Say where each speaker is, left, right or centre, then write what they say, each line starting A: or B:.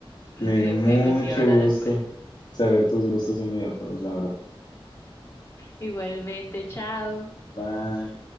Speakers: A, on the left; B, on the left.
A: los
B: Me
A: videojuegos
B: dio mucho
A: y ahora
B: gusto
A: después.
B: saber tus gustos en videojuegos, la verdad.
A: Igualmente, chao.
B: Bye.